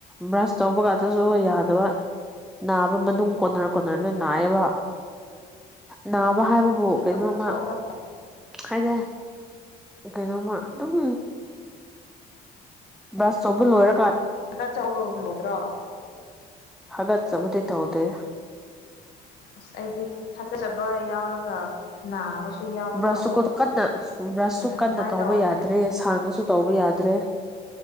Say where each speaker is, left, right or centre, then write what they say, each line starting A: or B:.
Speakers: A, in the centre; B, on the left.
A: ꯕ꯭ꯔꯁ ꯇꯧꯕ ꯀꯥꯟꯗꯁꯨ ꯌꯥꯗꯕ ꯅꯥꯕ ꯃꯅꯨꯡ ꯀꯣꯟꯅꯔ ꯀꯣꯟꯅꯔꯗ ꯅꯥꯑꯦꯕ ꯅꯥꯕ ꯍꯥꯏꯕꯕꯨ
B: ꯏ
A: ꯀꯩꯅꯣꯝꯃ
B: ꯈꯛꯇ ꯊꯣꯛꯑꯒ
A: ꯍꯥꯏꯗ ꯀꯩꯅꯩꯅꯣꯝ ꯑꯗꯨꯝ ꯁ ꯁꯕꯨ ꯂꯣꯏꯔ
B: ꯆꯀꯥ ꯆ ꯍꯒ ꯎꯕꯣꯗ꯭ꯔꯣ
A: ꯍꯥꯏꯗ ꯆ ꯃꯗꯤ ꯇ ꯍꯗꯦ
B: ꯑꯁ ꯑꯩꯗꯤ ꯍꯥꯀꯠꯆꯕ ꯌꯥꯎꯔꯒ ꯅꯥꯕꯁꯨ ꯌꯥꯎꯕꯗꯣ
A: ꯕ꯭ꯔꯁꯇꯨ ꯀꯟꯅ ꯕ꯭ꯔꯁꯁꯨꯨ
B: ꯎꯝ ꯑꯗꯨꯃꯥꯏꯅ
A: ꯀꯟꯅ ꯇꯧꯕ
B: ꯇꯧꯔꯗꯤ
A: ꯌꯥꯗ꯭ꯔꯦ ꯁꯥꯡꯉꯁꯨ ꯇꯧꯕ ꯌꯥꯗ꯭ꯔꯦ